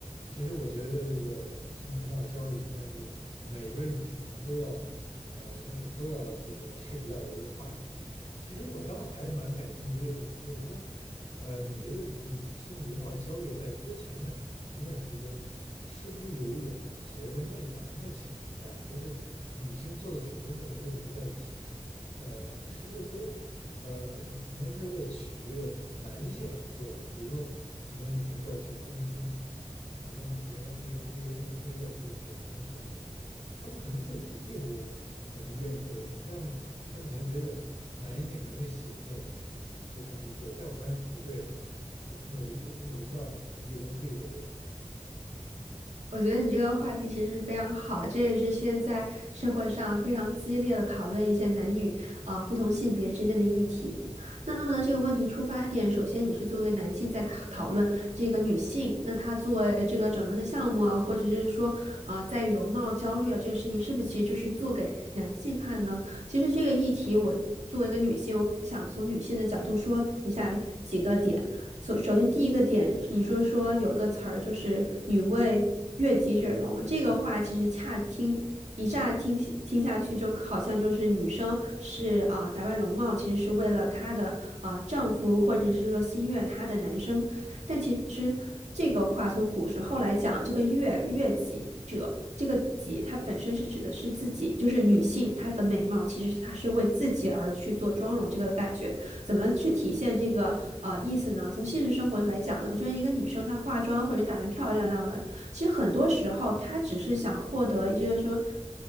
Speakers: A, on the left; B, on the right.
A: 其实我觉得这个女性的容貌焦虑应该是每个女性可能都要，呃，存都要这个涉及到的一个话题。其实我倒还蛮感兴趣的一个点，就是说，呃，你觉得女性的容貌焦虑在之前的很长一段时间，是不是有一种所谓的媚男的情绪在呢？就是女性做的很多事情，我只是在以前，呃，是不是都，呃，很多是为取悦男性而去做呢？比如说，很多女性要去丰胸。很很多女性要那个那个那个那个要去整容什么什么的，她们可能自己并不可能愿意做这个事情，但是她们可能觉得男性可能会喜欢这些东西，所以他们去做，在我看来是不对的。我那个我我那个我不知道你有没有注意过这个现象？
B: 我觉得你这个话题其实是非常好，这也是现在社会上非常激烈的讨论一些男女啊、呃不同性别之间的议题。那么呢，这个问题出发点，首先你是作为一个男性在考讨论这个女性，那她作为这个整容的项目啊，或者是说啊在于容貌焦虑啊这个事情，是不是其实就是做给男性看的呢？其实这个议题，我作为一个女性，我想从女性的角度说一下几个点。首首先，第一个点你说说有个词儿就是“女为悦己者容”，这个话其实恰听一乍听听下去，就好像就是女生是啊、呃打扮容貌，其实是为了她的啊、呃丈夫或者是说心悦她的男生但其实这个话从古时候来讲，这个悦悦己者，这个己它本身是指的是自己，就是女性她的美貌，其实她是为自己而去做妆容这个感觉。怎么去体现这个呃意思呢？从现实生活来讲呢，就是一个女生她化妆或者打扮漂漂亮亮的，其实很多时候她只是想获得，一些说